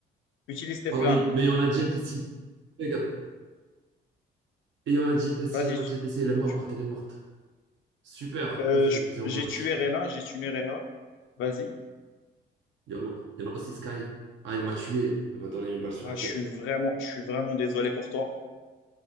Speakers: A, on the left (about 80°); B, on the right (about 70°).
A: utilise tes
B: Ah
A: flammes.
B: oui, mais on a Jep ici. Fais gaffe. Et il y en a de JTC,
A: Vas-y.
B: il y en
A: tu-
B: a de JTC, elle est morte,
A: tu-
B: elle est morte. Super,
A: euh,
B: vas-y,
A: je-
B: vas-y, viens,
A: j'ai
B: on rush.
A: tué Rena, j'ai tué Rena. Vas-y.
B: Il y en a, il y en a aussi Sky. Ah, elle m'a tué, elle m'a donné une balle sur
A: Ah,
B: la
A: je
B: tête.
A: suis vraiment, je suis vraiment désolé pour toi.